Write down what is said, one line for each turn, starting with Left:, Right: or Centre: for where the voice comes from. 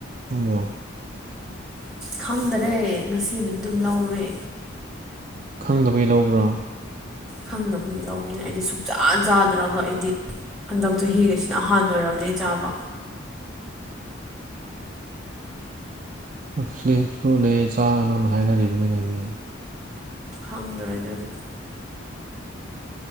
Right: ꯅꯪꯕꯣ
Centre: ꯈꯪꯗꯔꯦ ꯉꯁꯤꯕꯨꯗꯤ ꯑꯗꯨꯝ ꯂꯧꯔꯦ
Right: ꯈꯪꯗꯕꯩ ꯂꯧꯕ꯭ꯔꯣ
Centre: ꯈꯪꯗꯕꯒꯤ ꯂꯧꯕꯅꯦ ꯑꯩꯗꯤ ꯁꯨꯛꯆꯥ ꯆꯥꯗ꯭ꯔꯒ ꯑꯩꯗꯤ ꯍꯟꯗꯛ ꯆꯍꯤꯒꯤꯁꯤꯅ ꯑꯍꯥꯟꯕ ꯑꯣꯏꯔꯝꯅꯦ ꯆꯥꯕ
Right: ꯐ꯭ꯂꯦꯡ ꯐ꯭ꯂꯨ ꯂꯩ ꯆꯥꯅꯣꯅ ꯍꯥꯏꯅꯔꯤꯕꯅꯤꯅꯦ ꯍꯧꯖꯤꯛ
Centre: ꯈꯪꯗꯔꯦ ꯑꯗꯨꯗꯤ